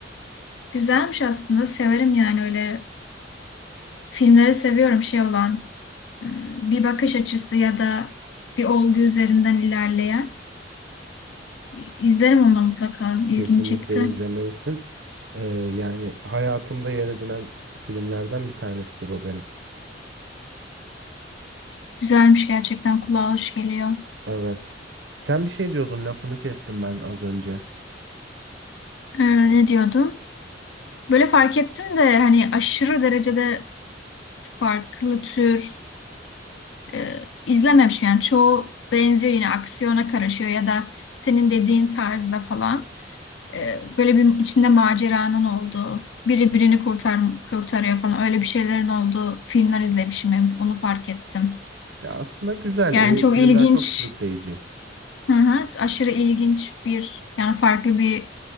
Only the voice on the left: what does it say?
güzelmiş aslında. Severim yani öyle filmleri seviyorum şey olan hmm, bir bakış açısı ya da bir olgu üzerinden ilerleyen. İ- İzlerim onu da mutlaka. İlgimi
çekti.
Güzelmiş gerçekten kulağa hoş geliyor.
Ee, ne diyordum? Böyle fark ettim de hani aşırı derecede farklı tür e, izlememiş yani çoğu benziyor yine aksiyona karışıyor ya da senin dediğin tarzda falan E, böyle bir içinde maceranın olduğu biri birini kurtar kurtarıyor falan öyle bir şeylerin olduğu filmler izlemişim hep onu fark ettim.
Yani
çok
ilginç
hı hı, aşırı ilginç bir yani farklı bir